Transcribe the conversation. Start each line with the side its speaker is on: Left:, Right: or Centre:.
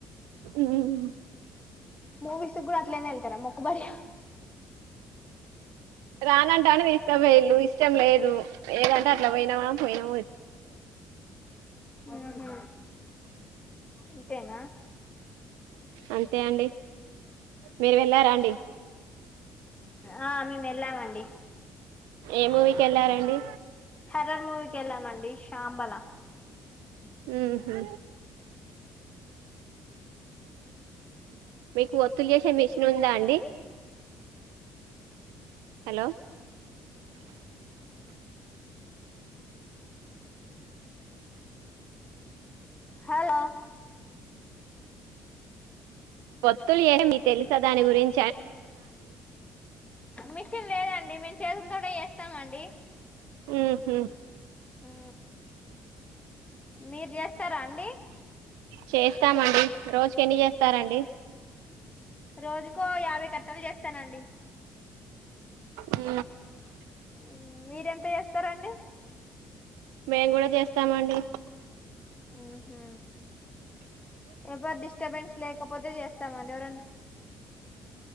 Right: ఉమ్
Left: మూవీస్ గూడా అట్లేనే ఎల్తరా మొక్కుబడిగ
Right: రానంటంటే దీస్కాపోయిళ్ళు ఇష్ ష్టం లేదు ఏదంటే అట్లా పోయినమా పోయినం
Left: ఉహు ఇంతేనా
Right: అంతే అండి మీరు వెళ్ళారా అండి.
Left: ఆ మేము వెళ్ళామండి
Right: ఏ మూవీకి వెళ్ళారండి
Left: హర్రర్ మూవీకి ఎళ్ళామండి శాంబలా
Right: ఉహు మీకు ఒత్తులు యేశే మిషన్ ఉందా అండి హలో
Left: హలో
Right: ఒత్తులు ఏ మీ తెలు ఇంకా దాని గురిం
Left: మిషిన్ లేదండి మేము చేతులతోటె చేస్తామండి
Right: ఉహు
Left: ఊ మీర్ జేస్తారా అండి
Right: చేస్తామండి రోజ్కి ఎన్ని జేస్తారండి.
Left: రోజుకో యాభై కట్టల్ జేస్తానండి
Right: ఊ
Left: మ్ మీరెంత యేస్తరండి
Right: మేం గూడ జేస్ స్త మండి
Left: ఊహు. ఎవరు డిస్టర్బెన్స్ లేకపోతే చేస్తామండి ఎవరన్నా